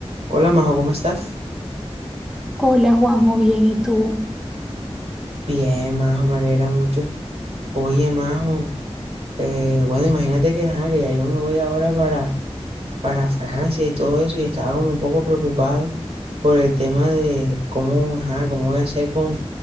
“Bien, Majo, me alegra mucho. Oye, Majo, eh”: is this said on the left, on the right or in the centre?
Right